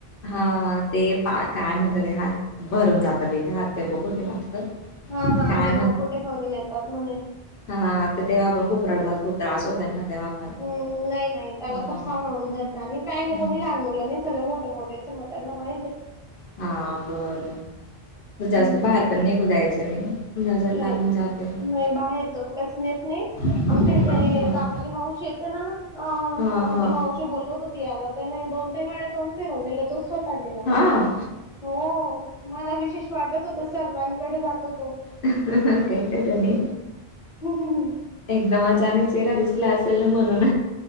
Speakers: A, on the left; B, in the centre.
A: हा, ते पा काय म्हणतात ते, हात भरून जात बी ते हात ते ब कुठे वाटत.
B: हा हा,
A: काय
B: ते बकोटे भरून येतात म्हणे.
A: हा, तर तेव्हा आपण खूप रडतात, खूप त्रास होत ना तेव्हा पण.
B: हम्! नाही नाही त्याला
A: हां,
B: खूप सांभाळून आणि काही नाही,
A: हं.
B: कोणी लहान मुलं नाही सगळे मोठे मोठे आहेत, मग त्यांना माहित
A: हा, बरं.
B: हम्म
A: जास्त बाहेर पण निघू द्यायचं नई. नजर
B: नाही
A: लागून जाते.
B: नाही, बाहेर तो कुठे खेळत नाही,
A: नाही
B: आमच्या इथे
A: ना? हां.
B: कामाला माऊशी येत ते ना अ,
A: हां, हां.
B: ती मावशी बोलवत होती यायला, त्याने दोन तीन वेळे तोंड फिरून दिले, तो स्वत गेला नाही,
A: हां,
B: हो, मला विशेष वाटत होत सर्वांकडे जातो तो.
A: काय करणे?
B: हम् हम् हम्.
A: एकदम अचानक चेहरा दिसला असेल ना, म्हणून